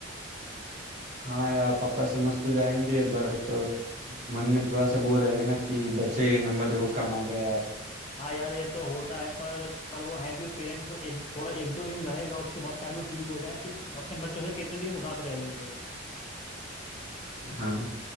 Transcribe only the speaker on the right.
हाँ यार पापा समझ तो जाएंगे बट
मन में थोड़ा सा वो रहेगा ना कि बच्चे के नंबर देखो कम आ गए यार
हाँ